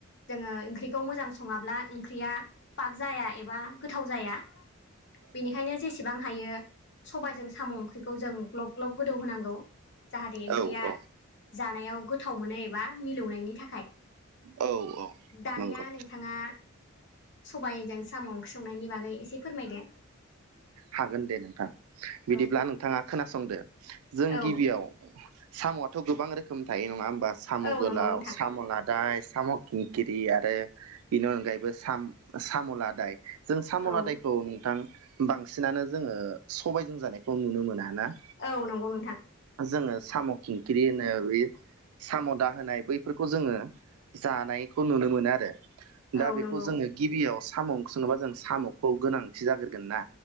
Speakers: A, on the left; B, on the right.
A: जोङो ओंख्रि खौ मोजां सङाब्ला ओंख्रिया पाग जाया एबा गोथाव जाया। बेनिखायनो जेसेबां हायो सबायजों साम' ओंख्रिखौ जों ग्लब ग्लब गोदौ होनांगौ जाहाथे ओंख्रिया
B: ओं औ औ
A: जानायाव गोथाव मोनो एबा मिलौनायनि थाखाय
B: औ औ
A: दानिया
B: नंगौ
A: नोंथाङा सबायजों साम' ओंख्रिंनायनि बागै एसे फोरमायदो।
B: हागोन दे नोंथां बिदिब्ला
A: औ
B: नोंथाङा खोनासंदो। जों
A: औ
B: गिबियाव साम'आथ' गोबां रोखोम थायो नङा होमबा साम'
A: औ
B: गोलाव
A: नंगौ नोंथां
B: साम' लादाय साम' खिंखिरि आरो बेनि अनगायैबो साम'ला दाय जों साम'
A: औ
B: लादायखौ नोंथां बांसिनानो जोङो सबायजों जानायखौ नुनो मोना ना
A: औ नंगौ नोंथां
B: जोङो साम' खिंख्रि होनो बे साम'दा होनाय बैफोरखौ जोङो जानायखौ नुनो मोनो आरो दा
A: औ
B: बेखौ
A: नंगौ
B: जोङो गिबियाव साम' ओं सङोबा जों साम'खौ गोनांथि जाग्रगोन ना